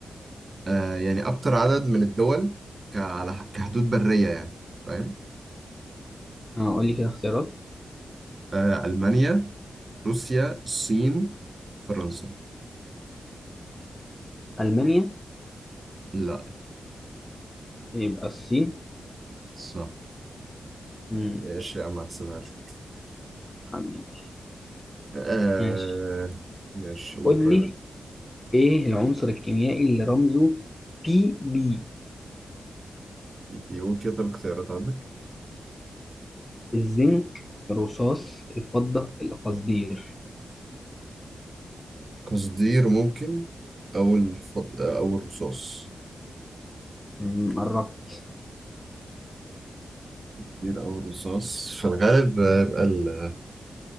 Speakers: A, on the right; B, on the left.
A: آه يعني أكتر عدد من الدول ك- على ح- كحدود برية يعني فاهم
B: اه قول لي كده اختيارات
A: آه ألمانيا روسيا الصين فرنسا
B: ألمانيا
A: لا
B: يبقى الصين
A: صح
B: مم.
A: ماشي يا عم هحسبها لك
B: حبيبي
A: آه
B: ماشي
A: ماشي قول
B: قول
A: طيب
B: لي
A: انت
B: إيه العنصر الكيميائي اللي رمزه بي بي
A: بيقول كده طب اختيارات عندك
B: الزنك الرصاص الفضة القصدير
A: قصدير ممكن او الفض... او الرصاص
B: مم، قربت
A: قصدير او الرصاص في الغالب هيبقى ال-